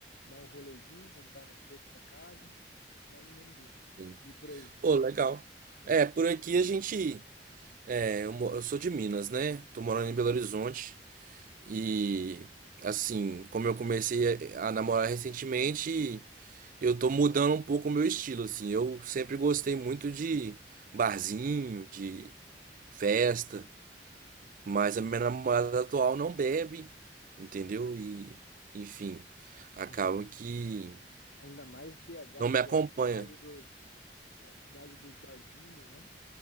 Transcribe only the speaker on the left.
dar um rolezinho, comprar umas coisas para casa, mais ou menos isso.
E por aí.
Uhum,
uhum.
Ainda mais BH,
que
é a cidade dos, a cidade dos barzinhos, né?